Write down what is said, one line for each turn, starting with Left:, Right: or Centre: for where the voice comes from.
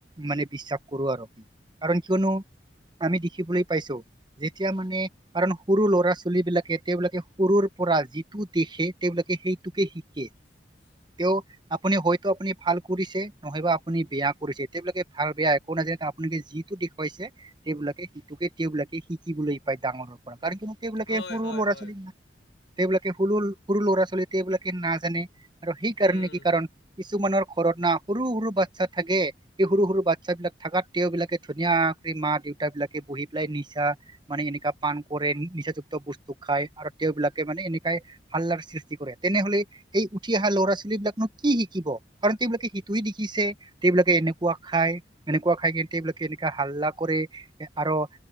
Right: মানে বিশ্বাস কৰো আৰ। কাৰণ কিয়নো আমি দেখিবলৈ পাইছো যেতিয়া মানে কাৰণ সৰু ল'ৰা ছোৱালী বিলাকে তেওঁবিলাকে সৰুৰ পৰা যিটো দেখে তেওঁলোকে সেইটোকে শিকে।
Left: <inaudible>
Right: তেঁও আপুনি হয়তো আপুনি ভাল কৰিছে, নহয় বা আপুনি বেয়া কৰিছে, তেওঁবিলাকে ভাল বেয়া একো নাজানে পোনেকে যিটো দেখুৱাইছে সেইবিলাকে সেইটোকে তেওঁবিলাকে সিটোকে তেওঁবিলাকে শি- কি বলে পায় ডাঙৰ পৰা কাৰণ তোমাকে বিলাকে
Left: হয়
Right: সৰু
Left: হয়
Right: ল'ৰা
Left: হয়
Right: ছোৱালী নাই তেওঁবিলাকে সৰু সৰু ল'ৰা ছোৱালী তেওঁবিলাকে নাজানে আৰু সেইকাৰণে
Left: উম
Right: নে কি কাৰণ কিছুমানৰ ঘৰত না সৰু সৰু বাচ্ছা থাকে, সেই সৰু সৰু বাচ্ছা বিলাক থাকাত তেওঁবিলাকে ধুনীয়া ৰে মা দেউতা বিলাকে বহি পেলাই নিচা মানে এনেকা পান কৰে নিচাযুক্ত বস্তু খাই আৰু তেওঁবিলাকে মানে এনেকাই হাল্লাৰ সৃষ্টি কৰে, তেনেহলে এই উঠি অহা ল'ৰা- এই বিলাকনো কি শিকিব কাৰণ তেওঁবিলাকে সিটোৱে দেখিছে, তেওঁবিলাকে এনেকুৱা খাই এনেকুৱা খাই কি গোটেইবিলাকে এনেকে হাল্লা কৰে আৰ অ